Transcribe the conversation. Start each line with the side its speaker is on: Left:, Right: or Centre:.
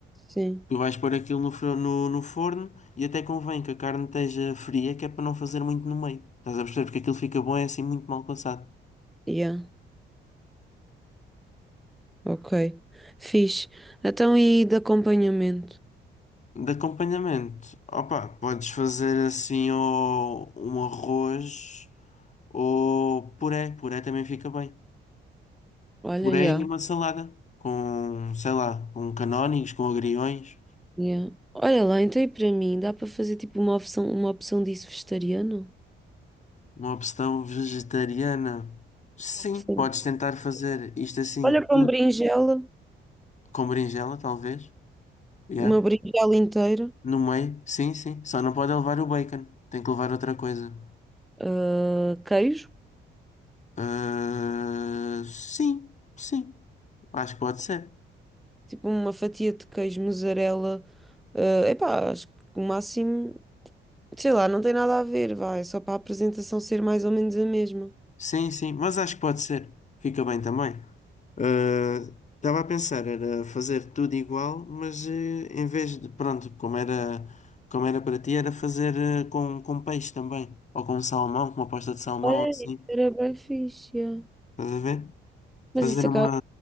Centre: Sim.
Left: Tu vais pôr aquilo no, fro- no, no forno e até convém que a carne esteja fria, que é para não fazer muito no meio. Estás a perceber? Porque aquilo fica bom, é assim muito mal passado.
Centre: Yeah. Ok. Fixe. Então e de acompanhamento?
Left: De acompanhamento, opa, podes fazer assim ou um arroz ou puré, puré também fica bem.
Centre: Olha,
Left: Puré
Centre: yeah.
Left: e uma salada com, sei lá, com canónigos, com agriões,
Centre: Yeah. Olha lá, então e para mim, dá para fazer tipo uma opção, uma opção disso vegetariano?
Left: uma opção vegetariana. Sim,
Centre: Sim.
Left: podes tentar fazer isto assim
Centre: Olha para
Left: tudo
Centre: uma berinjela,
Left: com berinjela, talvez, yeah.
Centre: uma berinjela inteira,
Left: No meio, sim, sim. Só não pode levar o bacon, tem que levar outra coisa.
Centre: ah, queijo,
Left: Ah, sim, sim, acho que pode ser.
Centre: tipo uma fatia de queijo, mussarela, ah, epá, acho que o máximo Sei lá, não tem nada a ver, vai. Só para a apresentação ser mais ou menos a mesma.
Left: Sim, sim, mas acho que pode ser. Fica bem também. Ah, Estava a pensar, era fazer tudo igual, mas eh, em vez de, pronto, como era, como era para ti, era fazer eh, com, com peixe também, ou com salmão, com uma pasta de salmão,
Centre: Olha,
Left: assim,
Centre: isso era bem fixe. yeah.
Left: estás a ver? Fazer
Centre: Mas isso
Left: uma
Centre: acaba